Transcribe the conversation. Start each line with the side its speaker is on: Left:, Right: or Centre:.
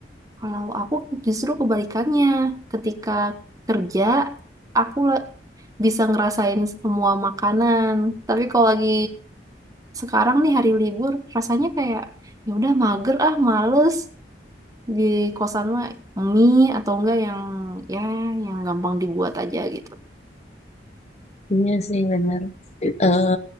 Right: Kalau aku justru kebalikannya, ketika kerja, aku bisa ngerasain semua makanan. Tapi kalau lagi sekarang nih hari libur, rasanya kayak ya udah mager ah, males di kosan mah mie atau enggak yang ya yang gampang dibuat aja gitu.
Left: Iya sih bener. Eh